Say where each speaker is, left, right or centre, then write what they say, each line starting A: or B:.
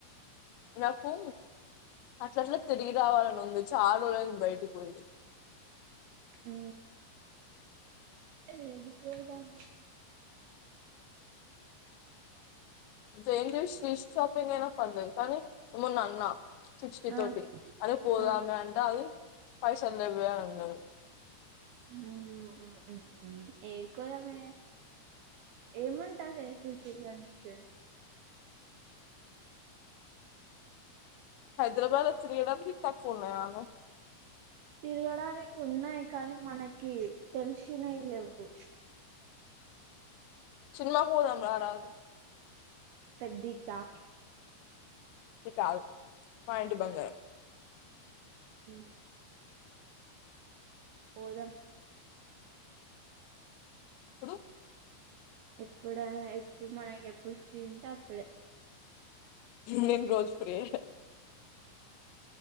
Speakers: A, on the left (about 80°); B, on the right (about 75°).
A: నాకూ అట్లట్లా తిరిగి రావాలని ఉంది చాలా రోజులయింది బయటకి పోయి
B: ఊ ఏడికి పొదామె
A: జైన్ జీస్ స్ట్రీట్ షాపింగ్ అయినా పర్లేదు కానీ మొన్న అన్నా సిక్స్టీ
B: ఆ
A: తోటి అదే పోదామే
B: ఆ
A: అంటే అదీ పైసల్ లెవ్వే అన్నది
B: నవ్వు ఆ ఏడికి పోదామే ఏముంటాదే ఎప్పుడు తిరగనీకే
A: హైదరాబాద్ లో తిరిగే దానికి తక్కువ ఉన్నాయానే
B: తిరగడానికి ఉన్నాయ్ కానీ మనకీ తెలిసినవి లెవ్వు
A: సినిమాకి పోదాం రారాదు
B: పెద్దీకా
A: కాదు మా ఇంటి బంగారం
B: ఉమ్ పోదాం
A: ప్పుడు
B: ఎప్పుడా ఎప్పుడు మనకి ఎప్పుడు ఫ్రీ ఉంటే అప్పుడే
A: నేను రోజు ఫ్రీయే